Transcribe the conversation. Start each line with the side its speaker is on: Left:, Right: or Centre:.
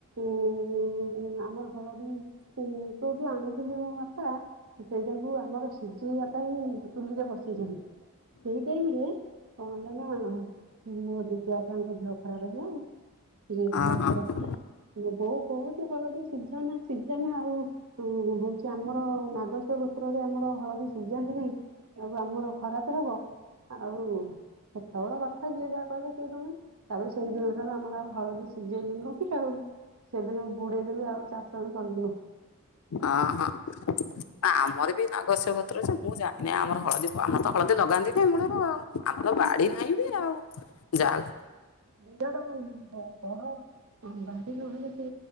Right: ଉମ ଆମର ହଳଦୀ କୋଉଠି ଆଣିଥିଲି ମୋ ବାପା ସେଇଗୁଡ଼ାକୁ ସେତେବେଳେ ଆମର ସିଝେଇବା ପାଇଁ ଚୁଲିରେ ବସେଇଛନ୍ତି ସେଇ ଟାଇମ ରେ କଣ ହେଲା ନା ମୋ ଜେଜେ ବାପାଙ୍କ ଦେହ ଖରାପ ହେଲା ଜେଜେ ଦେହ
Left: ଓହୋ
Right: ଖରାପ ହେଲା ମୋ ବଉ କୋଉଛି ହଳଦି ସିଝନା ସିଝନା ଆଉ ହଉଛି ଆମର ନାଗସ୍ୟ ଗତ୍ରରେ ଆମର ହଳଦୀ ସିଝାନ୍ତି ନାହିଁ ଆକୁ ଆମର ଖରାପ ହବ ଆଉ ସେତେବେଳ କଥା ଯିଏ ଯାହା କହିଲ ସିଏ ଶୁଣେ ତାପରେ ସେଇ ଦିନ ଠାରୁ ଆମର ଆଉ ହଳଦୀ ସିଝେଇଲୁନୁ କି ସେଦିନୁ ବୁଡେଇ ଦେଲୁ ଆଉ ଚାଷ ବି କଲୁନୁ
Left: ହଁ ହଁ ନା ଆମର ବି ନାଗସ୍ୟ ଗୋତ୍ର ଯେ ମୁଁ ଜାଣେନି ଆମର ହଳଦୀ ଆମର ତ ହଳଦୀ ଲଗାନ୍ତିନି ମୂଳରୁ ଆଉ ଆମ ତ ବାଡି ନାହିଁ ବି ଆଉ ଜା
Right: ସେଟାକୁ ବଡ଼ ବାରି ନହେଲେ ସେ